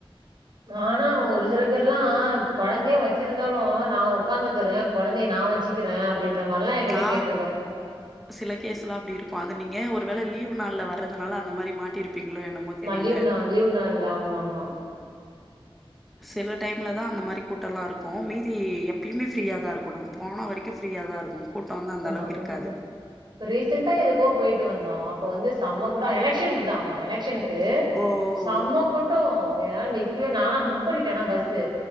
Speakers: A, on the right; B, in the centre.
A: ஆனா ஒரு சில பேர்ல்லா கொழந்தையே வச்சிருந்தாலும் நா உட்காந்துக்குறே கொழந்தைய நா வச்சுக்கிறே அப்படின்ற மாரிலா என்கிட்ட
B: ஆ
A: கேட்டிருக்காங்க
B: சில கேஸ்ல்லா அப்டி இருக்கும் அது நீங்க ஒரு வேல லீவ் நாள்ல வர்றதுனால அந்த மாரி மாட்டியிருப்பீங்களோ என்னமோ தெரியல
A: லீவ் நா லீவு நாள்ல ஆமா ஆமா
B: சில டைமில தா அந்த மாரி கூட்டல்லா இருக்கும் மீதி எப்பயுமே ஃப்ரீயா தா இருக்கும் நா போன வரைக்கும் ஃப்ரீயா தா இருக்கும் கூட்டம் வந்து
A: இப்ப
B: அந்த அளவுக்கு
A: நாங்களுமே
B: இருக்காது.
A: இப்ப ரீசெண்டா எதுக்கோ போயிட்டு வந்தோ அப்ப வந்து செம்ம கூட்டோ எலக்க்ஷனுக்குதா ஆமா எலக்க்ஷனுக்கு க்கு
B: ஓ ஓ.
A: செம கூட்டோ என்னால நிக்கவே நால்லா புக் பண்ணிட்டே ஆனா பஸ்சு